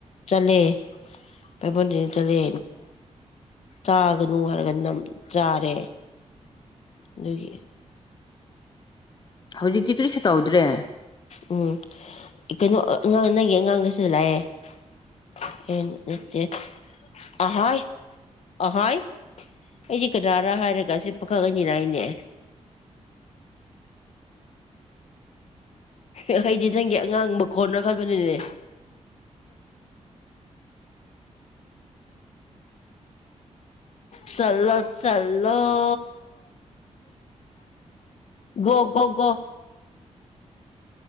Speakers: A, on the left; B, on the left.
A: ꯆꯠꯂꯦ ꯄꯥꯏꯕꯣꯟꯗꯤꯅ ꯆꯠꯂꯦ ꯆꯥꯒꯅꯨ ꯍꯥꯏꯔꯒ ꯅꯝ ꯆꯥꯔꯦ ꯑꯗꯨꯒꯤ
B: ꯍꯧꯖꯤꯛꯇꯤ ꯀꯔꯤꯁꯨ ꯇꯧꯗ꯭ꯔꯦ
A: ꯎꯝ ꯀꯩꯅꯣ ꯑꯉꯥꯡ ꯅꯪꯒꯤ ꯑꯉꯥꯡꯗ ꯁꯤꯗ ꯂꯥꯛꯑꯦ ꯅꯠꯇꯦ ꯑꯍꯣꯏ ꯑꯍꯣꯏ ꯑꯩꯗꯤ ꯀꯗꯥꯔ ꯍꯥꯏꯔꯒꯁꯦ ꯄꯥꯈꯛ ꯑꯅꯤꯅꯅꯦ ꯑꯩꯗꯤ ꯅꯪꯒꯤ ꯑꯉꯥꯡ ꯃꯈ ꯀꯣꯟꯅ ꯈꯟꯕꯅꯤꯅꯦ ꯆꯠꯂꯣ ꯆꯠꯂꯣ ꯒꯣ ꯒꯣ ꯒꯣ